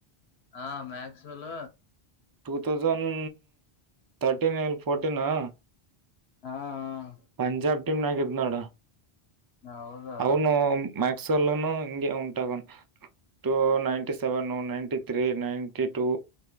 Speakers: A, on the left; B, on the right.
A: ಹಾ Maxwell
B: two thousand thirteen ಇಲ ಫೋರ್ಟೀಿನಾ
A: ಹಾ ಹ
B: ಪಂಜಾಬ್ ಟೀಮ ನಾಗ ಇದ್ದು ನೋಡು
A: ಹೌದಾ
B: ಅವನು ಮ್ಯಾಕ್ಸಲ್ಲನು ಹಿಂಗೆ ಉಂಟಾಗನ್ two ninety seven ninety three ninety two